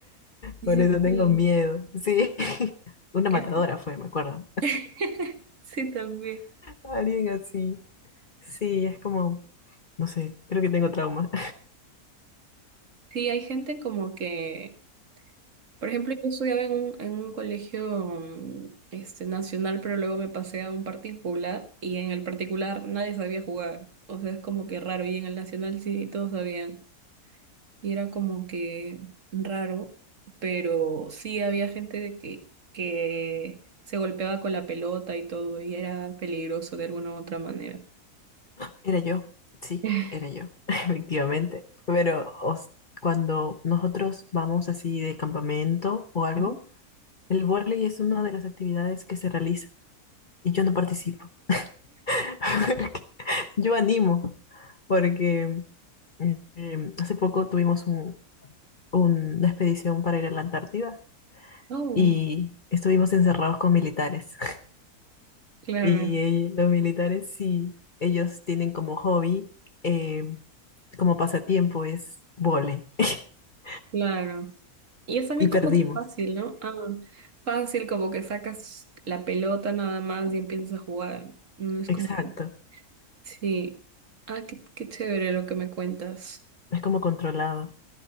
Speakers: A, on the right; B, on the left.
A: Sí,
B: Por
A: sí,
B: eso tengo
A: sí.
B: miedo. Sí. <laughs> Una
A: Es-
B: matadora fue, me acuerdo.
A: <laughs> Sí, también.
B: Alguien así. Sí, es como, no sé, creo que tengo trauma.
A: Sí, hay gente como que Por ejemplo, yo estudiaba en un, en un colegio mm, este, nacional, pero luego me pasé a un particular y en el particular nadie sabía jugar. O sea, es como que raro. Y en el nacional sí todos sabían. Y era como que raro, pero sí había gente de que, que se golpeaba con la pelota y todo, y era peligroso de alguna u otra manera.
B: <laughs> Era yo. Sí,
A: <laughs>
B: era yo, <laughs> efectivamente. Pero os- cuando nosotros vamos así de campamento o algo,
A: Ujú.
B: el vóley es una de las actividades que se realiza y yo no participo. <laughs> Porque Yo animo, porque eh, hace poco tuvimos un- una expedición para ir a la Antártida
A: Oh,
B: y estuvimos encerrados con militares. <laughs>
A: claro,
B: Y eh, los militares sí, ellos tienen como hobby, eh, como pasatiempo es vóley. <laughs>
A: claro. Y es también
B: Y perdimos.
A: como que fácil, ¿no? Ah, fácil, como que sacas la pelota nada más y empiezas a jugar. No es
B: Exacto.
A: como que... Sí. Ah, qué, qué chévere lo que me cuentas.
B: Es como controlado.